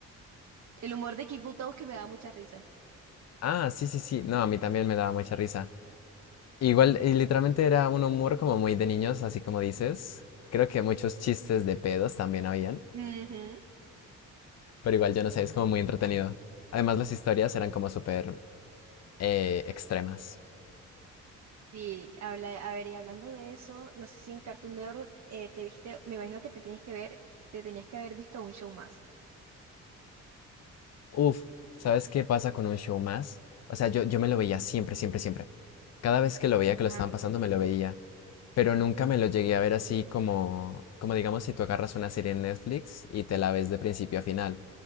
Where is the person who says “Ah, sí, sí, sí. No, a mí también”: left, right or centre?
Left